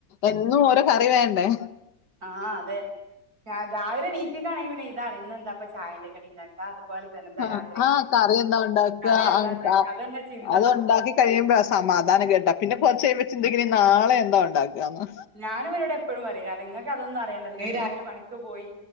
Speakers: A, on the left; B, on the right.
A: എന്നും ഓരോ കറി വേണ്ടേ.
B: ആഹ് അതെ ഞാൻ രാവിലെ നീറ്റി- കാണെ പിന്നെ ഇതാണ് ഇന്നെന്താപ്പ ചായന്റെ കടി ഉണ്ടാക്കാ, അങ്ങനെ. ഇപോലെ തന്നെ എന്താ
A: ആ
B: രാത്രി
A: ആ കറി എന്താ ഉണ്ടാക്കുക
B: കറി എന്താണ്ട
A: ആ, ക-
B: അതന്നെ ചിന്ത.
A: അത് ഉണ്ടാക്കി കഴിയുമ്പോ ആ സമാധാനം കേട്ടാ, പിന്നെ പുറച്ച കഴപ്പ ചിന്തക്കണ നാളെ എന്താ ഉണ്ടാക്കുകന്നാ.
B: ഞാനും ഇര ഇവിടെ എപ്പോഴും വര കാരണം നിങ്ങൾക്ക് അതൊന്നും അറിയണ്ടല്ല, രാവിലെ പണിക്ക് പോയി